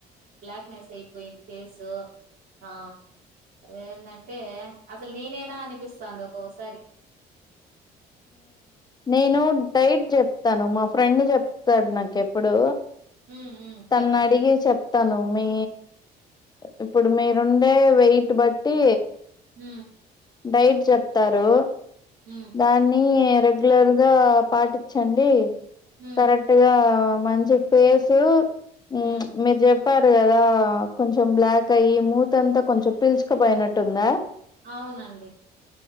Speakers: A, on the right; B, on the left.
A: బ్లాక్నెస్ అయిపోయింది ఫేసు అ అేంటంటే అసలు నేనేనా అ చూిస్తాంది ఒక్కసారి
B: నేను డైట్ చెప్తాను మా ఫ్రెండ్ చెప్తాడు నాకుెప్పుడు
A: హ్మ్ హ్మ్
B: తను
A: చెప్పండి.
B: అడిగే చెప్తాను మీే ఇప్పుడు మీరుండే వెయిట్ బట్టి
A: హ
B: డైట్ చెప్తారు
A: హ్మ్
B: దాన్ని రెగ్యులర్ గా పాటించండి
A: హ్మ్
B: కరెక్ట్ గా మంచి ఫేసు హు
A: హ్మ్
B: మిర్జెప్ చెప్పారు కదా కొంచెం బ్లాక్ అయి ముతంత కొంచెం పీల్చుకపోయినట్టుందా.
A: అవునండి